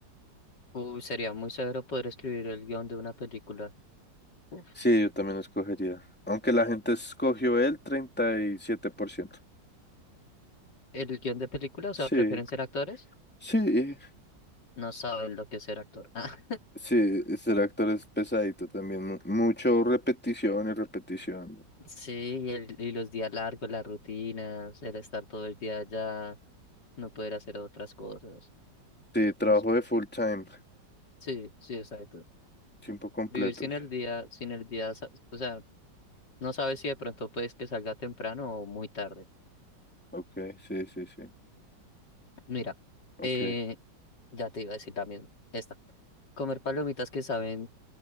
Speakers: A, on the left (about 70°); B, in the centre.
A: Uy, sería muy severo poder escribir el guión de una película. Uf,
B: Sí, yo también escogería. Aunque la gente escogió el treinta y siete por ciento
A: el guión de película, o
B: Sí,
A: sea, ¿prefieren ser actores?
B: sí,
A: No saben lo que es ser actor. <laughs> Ah,
B: sí, ser actor es pesadito también. mu- Mucho repetición y repetición.
A: sí, y, el, y los días largos, las rutinas, el estar todo el día allá, no poder hacer otras cosas.
B: Sí, trabajo
A: No sé.
B: de full time.
A: Sí, sí, exacto.
B: Tiempo completos.
A: Vivir sin el día, sin el día, sa- o sea, No sabes si de pronto puedes que salga temprano o muy tarde.
B: Ok, sí, sí, sí.
A: Mira,
B: Ok.
A: eh, ya te iba a decir la misma. Esta. Comer palomitas que saben,